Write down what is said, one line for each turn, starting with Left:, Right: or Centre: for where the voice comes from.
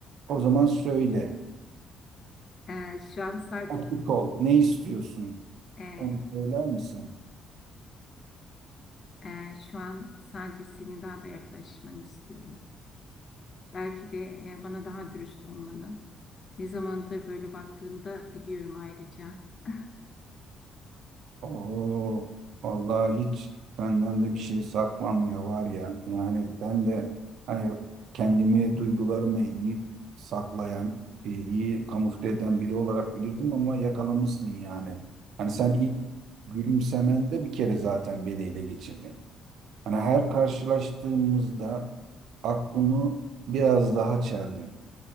Right: o zaman söyle
Left: E, şu an sa-
Right: açık ol ne istiyorsun
Left: e,
Right: onu söyler misin?
Left: e, şu an sadece senin daha da yaklaşmanı istiyorum. Belki de e, bana daha dürüst olmanı. Ne zamandır böyle baktığını da biliyorum ayrıca. <laughs>
Right: Oo, vallahi hiç senden de bir şey saklanmıyor var ya. Yani ben de hani kendimi, duygularımı iyi saklayan, e, iyi kamufle eden biri olarak bilirdim ama yakalamışsın yani. Hani sen ilk gülümsemende bir kere zaten beni ele geçirdin. Hani her karşılaştığımızda aklımı biraz daha çeldin.